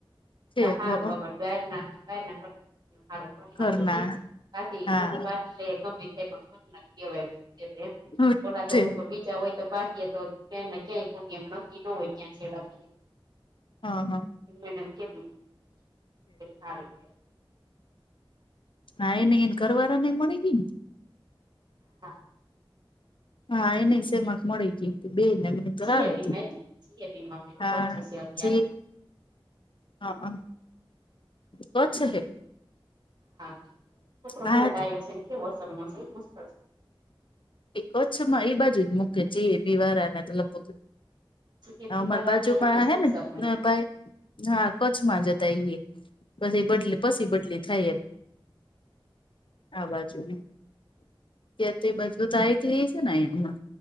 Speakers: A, on the left; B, on the right.
A: ઠેક
B: ત હારુ
A: હઅ
B: બબર બેર ના બેર કરતા. માર ઘ
A: ઘરના
B: તો સે ભાતી
A: હા
B: એવું ભ <inaudible> ગમે. એ પણ ખ કેવાય
A: હ
B: ઓલા
A: ઠેક
B: તો બીજા હોય તો બાકી તો કેને કે પણગ મન નકી ન હોય ક્યાં સેડ.
A: હ હ
B: <inaudible>
A: હા ઈની ઘર વારા ને મળી ગયી.
B: હમ્મ
A: હા એને સેમાં મળી તીતી બેને. તો
B: જીએ
A: હારુ
B: બી
A: તુ.
B: માં ને જીએ બી માં
A: હા
B: પચ્ચીસ છે અત્યારે
A: જે. હા હ કચ હે.
B: હા છોકળો
A: હા
B: બઉ ડાયો સે ને કેવો અ સમનો સે ને પૂસતો.
A: એ કચ્છ માં એ બાજુ જ મૂકે જેઈબી વારાને તો લગ
B: જીએપી
A: અમાર
B: વાળાને
A: બાજુમાં
B: શિક્ષકને
A: હે ને ભાઈ હા કચ્છમાં જતા ઈએ પસી એ બદલી, પસી બદલી. થઈએ. આ બાજુને ત્ય તે બાજુ ત એકલીએ સે ને એમાં.